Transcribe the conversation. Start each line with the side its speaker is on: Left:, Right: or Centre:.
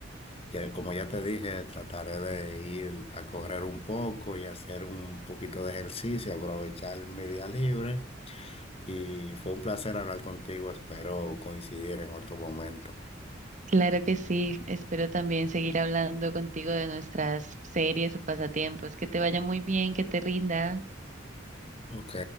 Left: ya, como ya te dije, trataré de ir a correr un poco y hacer un poquito de ejercicio, aprovechar mi día libre. Y fue un placer hablar contigo. Espero coincidir en otro momento.
Right: Claro que sí, espero también seguir hablando contigo de nuestras series o pasatiempos. Que te vaya muy bien, que te rinda.
Left: Ok.